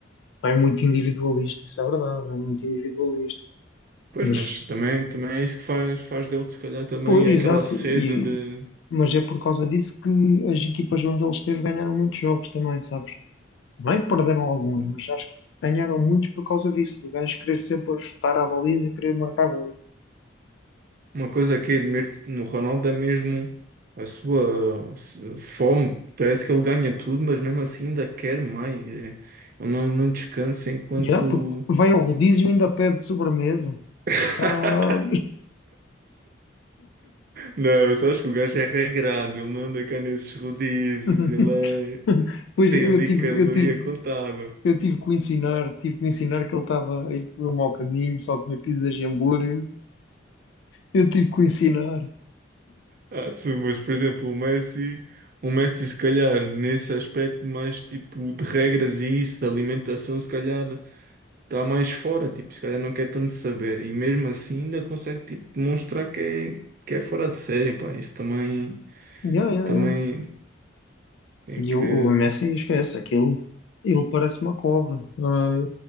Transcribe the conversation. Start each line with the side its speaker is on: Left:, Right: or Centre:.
Left: ai. É muito individualista, isso é verdade, é muito individualista.
Right: Pois,
Left: Mas,
Right: mas também, também é isso que faz, faz dele, se calhar, também
Left: pois,
Right: aquela
Left: exato,
Right: sede
Left: e,
Right: de.
Left: mas é por causa disso que as equipas onde ele esteve ganharam muitos jogos também, sabes? Bem, perderam alguns, mas acho que ganharam muitos por causa disso, do gajo querer sempre chutar à baliza e querer marcar gol.
Right: Uma coisa que admiro no Ronaldo é mesmo a sua se- fome. Parece que ele ganha tudo, mas mesmo assim ainda quer mais. É, Ele não, não descansa enquanto.
Left: Já, puto, vai ao rodízio e ainda pede sobremesa.
Right: <laughs>
Left: Ah,
Right: Não, eu só acho que o gajo é regrado, ele não anda cá nesses rodízios,
Left: <laughs>
Right: ele é...
Left: Pois
Right: tem
Left: eu
Right: ali
Left: tive,
Right: caloria
Left: eu tive,
Right: contada.
Left: Eu tive que o ensinar, tive que o ensinar que ele estava a ir por um mau caminho, só comia pizzas e hambúrguer. Eu tive que o ensinar.
Right: Ah, sim, mas por exemplo, o Messi, o Messi se calhar nesse aspecto mais tipo de regras e isso, de alimentação, se calhar. está mais fora, tipo, se calhar não quer tanto saber. E mesmo assim ainda consegue, tipo, demonstrar que é, que é fora de série, pá. Isso também,
Left: Yeah, yeah,
Right: também
Left: yeah.
Right: é
Left: E
Right: que
Left: o, o Messi esquece aquilo. Ele parece uma cobra. Ah,